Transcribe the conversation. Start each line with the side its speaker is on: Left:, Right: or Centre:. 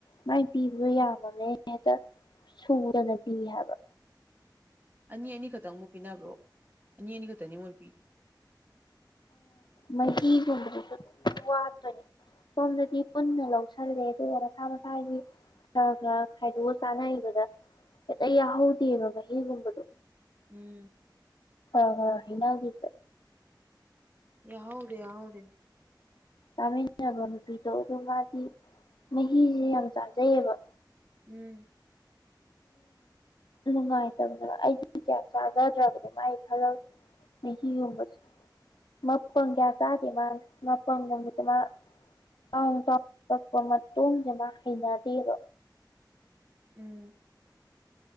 Left: ꯃꯥꯏ ꯄꯤꯕꯗꯣ ꯌꯥꯝꯃꯃꯦ ꯍꯦꯛꯇ ꯁꯨꯗꯅ ꯄꯤ ꯍꯥꯏꯕ
Right: ꯑꯅꯤ ꯑꯅꯤꯈꯛꯇꯪ ꯑꯃꯨꯛ ꯄꯤꯅꯕ꯭ꯔꯣ ꯑꯅꯤ ꯑꯅꯤꯈꯛꯇꯪꯅꯤ ꯃꯣꯏ ꯄꯤ
Left: ꯃꯍꯒꯨꯝꯗꯔꯤꯁꯨ ꯋꯥꯄꯅꯤ ꯁꯣꯝꯗꯗꯤ ꯄꯨꯟꯅ ꯂꯧꯁꯤꯜꯂꯦ ꯑꯗꯨꯒ ꯃꯁꯥ ꯃꯁꯥꯒꯤ ꯈꯔ ꯈꯔ ꯈꯥꯏꯗꯣꯛꯑ ꯆꯥꯅꯩꯕꯗ ꯍꯦꯛꯇ ꯌꯥꯍꯧꯗꯦꯕ ꯃꯍꯤꯒꯨꯝꯕꯗꯣ
Right: ꯎꯝ
Left: ꯑ ꯍꯩꯅꯒꯤꯗ
Right: ꯌꯥꯎꯔꯤꯦ ꯌꯥꯎꯔꯤꯦ
Left: ꯆꯥꯃꯤꯟꯅꯕ ꯅꯨꯄꯤꯗꯣ ꯑꯗꯨ ꯃꯥꯗꯤ ꯃꯍꯤꯁꯦ ꯌꯥꯝ ꯆꯥꯖꯩꯌꯦꯕ
Right: ꯎꯝ
Left: ꯅꯨꯡꯉꯥꯏꯇꯕꯅꯤꯅ ꯑꯩꯗꯤ ꯀꯌꯥ ꯆꯥꯖꯗ꯭ꯔꯕꯅꯤ ꯃꯥ ꯑꯩ ꯈꯜꯂꯦ ꯃꯤꯒꯤ ꯎꯕꯁ ꯃꯄꯪ ꯀꯌꯥ ꯀꯥꯗꯤ ꯃꯥ ꯃꯄꯪ ꯅꯨꯃꯤꯠꯇ ꯃꯥ ꯆꯥꯎ ꯆꯥꯎꯅ ꯀꯛꯄ ꯃꯇꯨꯡꯗꯅ ꯍꯩꯅꯗꯦꯕ
Right: ꯎꯝ